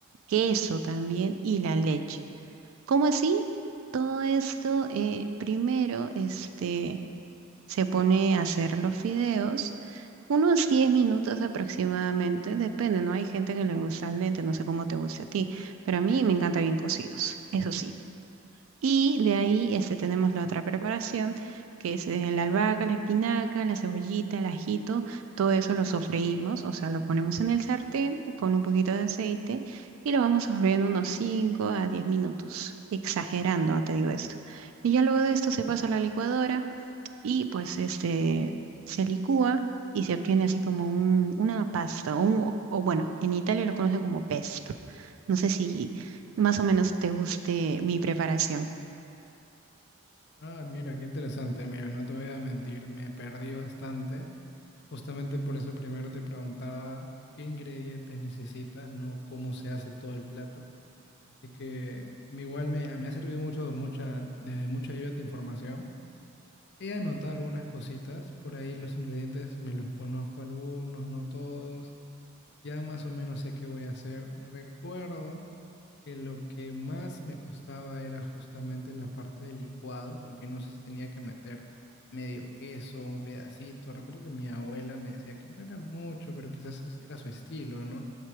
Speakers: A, on the right (about 65°); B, on the left (about 55°).
A: queso también y la leche. ¿Cómo así? Todo esto eh, primero este, se pone a hacer los fideos, unos diez minutos aproximadamente, depende, ¿no? Hay gente que le gusta al dente, no sé cómo te guste a ti, pero a mí me encanta bien cocidos, eso sí. Y de ahí este, tenemos la otra preparación, que es eh, la albahaca, la espinaca, la cebollita, el ajito, todo eso lo sofreímos, o sea, lo ponemos en el sartén con un poquito de aceite y lo vamos sofriendo unos 5 a 10 minutos, exagerando, ah, te digo esto. Y ya luego de esto se pasa a la licuadora y pues este se licúa y se obtiene así como un- una pasta, o, un- o bueno, en Italia lo conocen como pesto. No sé si más o menos te guste mi preparación.
B: Ah, mira, qué interesante. Mira, no te voy a mentir, me perdí bastante. Justamente por eso primero te preguntaba qué ingredientes necesitas, no cómo se hace todo el plato. Así que me- igual me, me ha servido mucho de mucha, de mucha ayuda tu información. He anotado algunas cositas, por ahí los ingredientes me los conozco algunos, no todos. Ya más o menos sé qué voy a hacer. Recuerdo que lo que más me costaba era justamente la parte del licuado, porque no sé si tenía que meter medio queso, un pedacito. Recuerdo que mi abuela me decía que no era mucho, pero quizás es- era su estilo, ¿no?